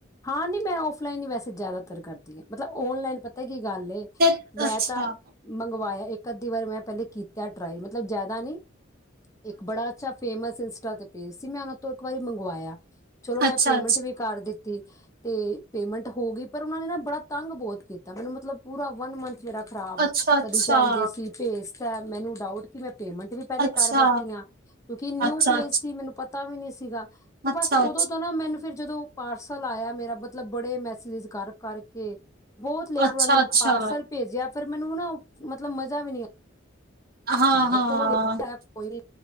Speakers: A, on the left; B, on the right.
A: ਹਾਂ ਨੀ ਮੈਂ ਔਫਲਾਈਨ ਹੀ ਵੈਸੇ ਜ਼ਿਆਦਾਤਰ ਕਰਦੀ ਹਾਂ ਮਤਲਬ ਔਨਲਾਈਨ ਪਤਾ ਕੀ ਗੱਲ ਏ-
B: ਤੇ
A: ਮੈਂ
B: ਅੱਛਾ
A: ਤਾਂ, ਮੰਗਵਾਇਆ ਇੱਕ -ਅੱਧੀ ਵਾਰੀ ਮੈਂ ਪਹਿਲੇ ਕੀਤਾ ਟਰਾਈ ਮਤਲਬ ਜਿਆਦਾ ਨੀ- ਇੱਕ ਬੜਾ ਅੱਛਾ ਫੇਮਸ ਇੰਸਟਾ ਤੇ ਪੇਜ ਸੀ ਮੈਂ ਉਹਨਾਂ ਤੋਂ ਇੱਕ ਵਾਰੀ ਮੰਗਵਾਇਆ- ਚਲੋ ਮੈਂ
B: ਅੱਛਾ
A: ਪੇਮੈਂਟ ਵੀ ਕਰ ਦਿੱਤੀ। ਤੇ ਪੇਮੈਂਟ ਹੋ ਗਈ ਪਰ ਉਹ ਨੇ ਨਾ ਬੜਾ ਤੰਗ ਬਹੁਤ ਕੀਤਾ ਮੈਨੂੰ ਮਤਲਬ ਪੂਰਾ ਵਨ ਮੰਥ ਚ ਮੇਰਾ- ਖ਼ਰਾਬ,
B: ਅੱਛਾ
A: ਕਦੀ
B: ਅੱਛਾ
A: ਕਹਿੰਦੇ ਸੀ ਭੇਸਤੈ ਮੈਨੂੰ ਡਾਊਟ ਕਿ ਮੈਂ ਪੇਮੈਂਟ ਵੀ ਪਹਿਲੇ
B: ਅੱਛਾ
A: ਕਰ ਬੈਠੀ ਆਂ ਕਿਉਂਕਿ ਨਿਊ
B: ਅੱਛਾ
A: ਪੇਜ
B: ਅੱਛਾ
A: ਸੀ ਮੈਨੂੰ ਪਤਾ ਵੀ ਨੀ ਸੀਗਾ, ਤੇ ਬਸ
B: ਅੱਛਾ
A: ਉਦੋਂ
B: ਅੱਛਾ ਅੱਛਾ
A: ਤੋਂ ਨਾ ਮੈਨੂੰ ਫਿਰ ਜਦੋਂ- ਪਾਰਸਲ ਆਇਆ ਮੇਰਾ ਮਤਲਬ ਬੜੇ ਮੈਸੇਜ ਕਰ-ਕਰਕੇ- ਬਹੁਤ ਲੇਟ
B: ਅੱਛਾ
A: ਉਹ ਨੇ
B: ਅੱਛਾ
A: ਪਾਰਸਲ ਭੇਜਿਆ ਫੇਰ ਮੈਨੂੰ ਨਾ, ਮਤਲਬ ਮਜ਼ਾ ਵੀ ਨੀ
B: ਹਾਂ
A: ਆਇਆ,
B: ਹਾਂ
A: ਚਲੋ ਕੋਈ ਨੀ,